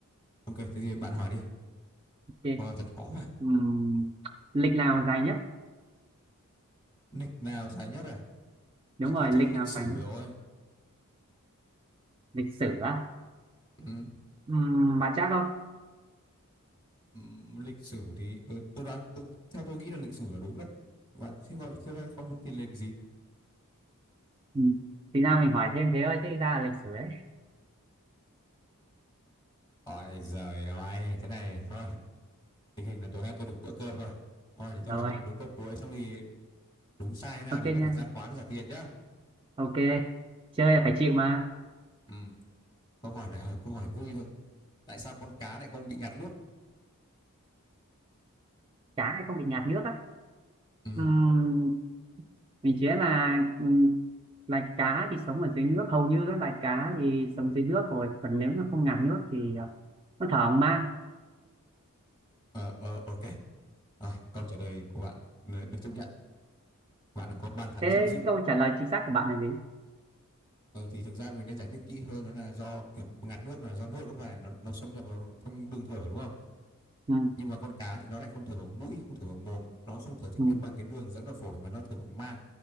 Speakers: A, on the left; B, on the right.
A: ok thế thì bạn hỏi đi
B: ok
A: ờ, thật khó mà
B: Ừm, lịch nào dài nhất
A: lịch nào dài nhất à
B: đúng
A: nó thì
B: rồi
A: chắc
B: lịch
A: là lịch
B: nào
A: sử
B: dài nhất
A: rồi
B: lịch sử á
A: ừ.
B: Ừm, bạn chắc không
A: Ừ, lịch sử thì ừ, tôi đoán tôi, theo tôi nghĩ là lịch sử là đúng đấy bạn thế còn thế không thì lịch gì
B: Ừm, thì ra mình hỏi thêm thế thôi chứ ra là lịch sử đấy
A: ôi giời ơi thế này thôi tình hình là tối nay tôi được bữa cơm rồi hỏi thì tôi
B: rồi
A: hỏi bạn đúng câu cuối xong thì đúng sai thế nào
B: ok
A: thì vẫn
B: nha
A: phải ra quán trả tiền nhá
B: ok chơi là phải chịu mà
A: ừ câu hỏi này hỏi câu hỏi vui thôi tại sao con cá lại không bị ngạt nước
B: cá thì không bị ngạt nước á
A: ừ
B: Ừm, mình chế là ừm, loài cá thì sống ở dưới nước hầu như các loài cá thì sống dưới nước rồi còn nếu nó không ngạt nước thì ờ, nó thở không mang
A: ờ ờ ok rồi câu trả lời của bạn ừ, được chấp nhận bạn đã có bàn thắng
B: thế
A: danh dự
B: câu trả lời chính xác của bạn là gì
A: ờ, thì thực ra mình nên giải thích kỹ hơn đó là do kiểu ngạt nước là do nước nó phải nó nó xâm nhập vào trong đường thở đúng không
B: ừ,
A: Nhưng mà con cá thì nó lại không thở bằng mũi, không thở bằng mồm, nó không thở trực
B: ừ,
A: tiếp bằng cái đường dẫn vào phổi mà nó thở bằng mang.